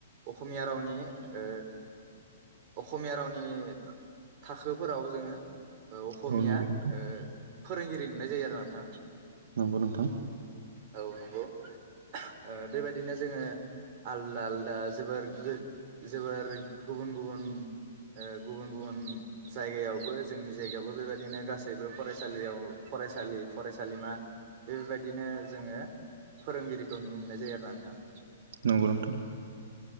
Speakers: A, on the right (about 40°); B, on the right (about 75°).
A: अखमिया रावनि ओ अखमिया रावनि थाखो फोराव जोङो ओ अखमिया
B: औ नंगौ नोंथां
A: ओ फोरोंगिरि नुनाय जायो आरो ना नोंथां
B: नंगौ नोंथां
A: औ नंगौ। ओ बेबायदिनो जोङो आलदा आलदा जोबोर गो जोबोर गुबुन गुबुन ओ गुबुन गुबुन जायगायावबो जोंनि जायगायावबो बेबायदिनो गासैबो फरायसालियाव फरायसालि फरायसालिमा बेफोरबायदिनो जोङो फोरोंगिरिखौ नुनो मोननाय जायो आरो ना नोंथां
B: नंगौ नंथां